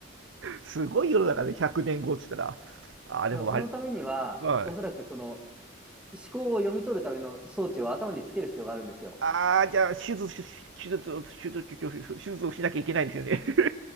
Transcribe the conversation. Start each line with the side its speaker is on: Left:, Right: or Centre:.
Right: すごい世の中で100年後って言ったら。ああ、でもわり、
Centre: でもそのためには、
Right: はい。
Centre: おそらくその思考を読み取るための装置を頭につける必要があるんですよ。
Right: ああ、じゃあ、手術、手術、手術、手術手術をしなきゃいけないんですよね。<laughs>